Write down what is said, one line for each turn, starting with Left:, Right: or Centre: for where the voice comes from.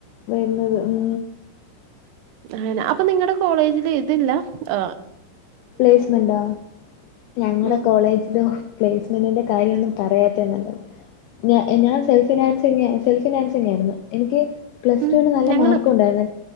Left: വരുന്നത് ഉം
Right: ആന അപ്പൊ നിങ്ങടെ കോളേജില് ഇതില്ല ആഹ്
Left: പ്ലേസ്മെന്റാ ഞങ്ങടെ
Right: ഉം
Left: കോളേജിലോ പ്പേസ്മെന്റിന്റെ കാര്യൊന്നും പറയാത്തെയാ നല്ലത് ഞ എഹ് ഞാൻ സെൽഫിനാൻസെന്യാ സെൽഫിനാൻസ് സെന്യായിര്ന്ന് എനിക്ക് പ്ലസ്
Right: ഉം
Left: ടുല് നല്ല
Right: ഞങ്ങളും
Left: മാർക്കുണ്ടായിന്ന്